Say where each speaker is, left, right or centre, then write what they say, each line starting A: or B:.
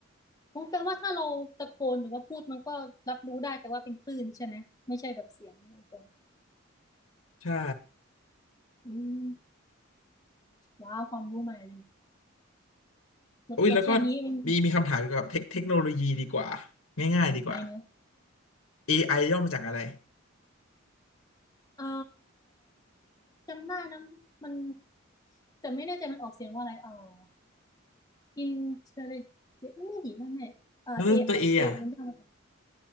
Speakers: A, on the left; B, on the left.
A: โอ้แปลว่าถ้าเราตะโกนหรือว่าพูดมันก็รับรู้ได้แต่ว่าเป็นคลื่นใช่ไหมไม่ใช่แบบเสียงอะไรตรง
B: ใช่
A: อืมว้าวความรู้ใหม่เลยหมดตัวแค่นี้ไม่มีไหน
B: โอ้ยแล้วก็มีมีคำถามเกี่ยวกับเทคเทคโนโลยีดีกว่าง่ายๆดีกว่า
A: ไหน
B: AI ย่อมาจากอะไร
A: เอ่อจำได้นะมันแต่ไม่แน่ใจมันออกเสียงว่าอะไรเอ่อ intelligent ไม่ดีไม่ไม่เอ่อเอเอมันเรียกว่าอะไร
B: แล้วตัว A อ่ะ